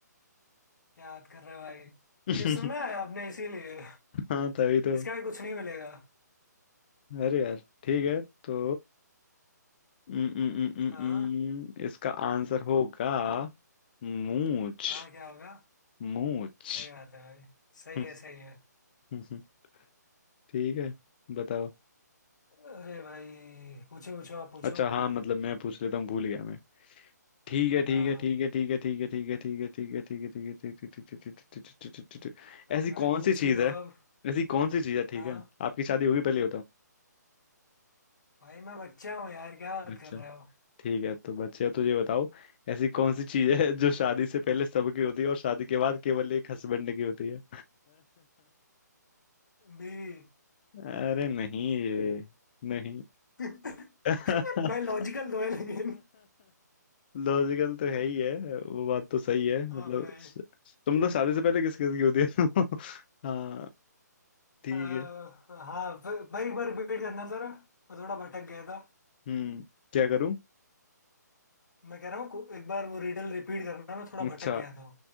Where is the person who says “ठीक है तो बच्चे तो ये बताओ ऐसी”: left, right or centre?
Left